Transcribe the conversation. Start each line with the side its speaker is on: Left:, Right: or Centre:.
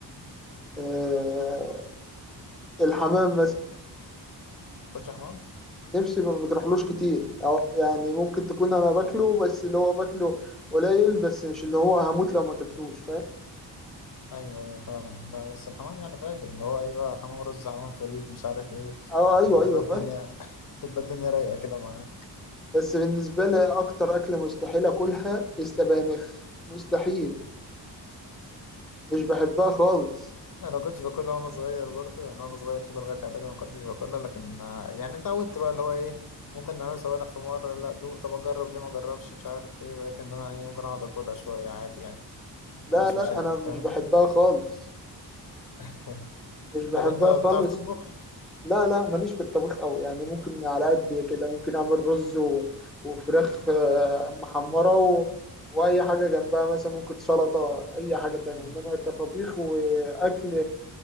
Centre: آه الحمام مثلا
Left: ما بتاكلش حمام؟
Centre: نفسي ما بتروحلوش كتير أو يعني ممكن تكون انا باكله بس اللي هو باكله قليل بس مش اللي هو هموت لو ما اكلتوش فاهم
Left: ايوه ايوه فاهم لا بس الحمام يعني فاجر اللي هو ايه بقى حمام رز حمام فريك مش عارف ايه
Centre: اه
Left: بتبقى
Centre: ايوه ايوه
Left: الدنيا
Centre: فاهم
Left: <laughs> بتبقى الدنيا رايقه كده معاه
Centre: بس بالنسبه لي اكتر اكله مستحيل اكلها السبانخ مستحيل مش بحبها خالص
Left: انا كنتش باكلها وانا صغير برضه يعني وانا صغير كده لغايه اعدادي ما كنتش باكلها لكن آه، يعني اتعودت بقى اللي هو ايه ممكن نعمل سوينا في مره لا دوق طب اجرب ليه ما اجربش مش عارف ايه بقيت ان انا ايه ممكن اقعد اكلها شويه عادي يعني
Centre: لا
Left: ما عنديش
Centre: لا
Left: مشاكل
Centre: انا
Left: فاهم
Centre: مش بحبها خالص
Left: <laughs>
Centre: مش بحبها
Left: طب انت بتعرف
Centre: خالص
Left: تطبخ؟
Centre: لا لا ماليش في الطبيخ قوي يعني ممكن على قد كده ممكن اعمل رز و... وفراخ آه، محمره و... واي حاجه جنبها مثلا ممكن سلطه اي حاجه تانية
Left: مم.
Centre: انما كطبيخ واكل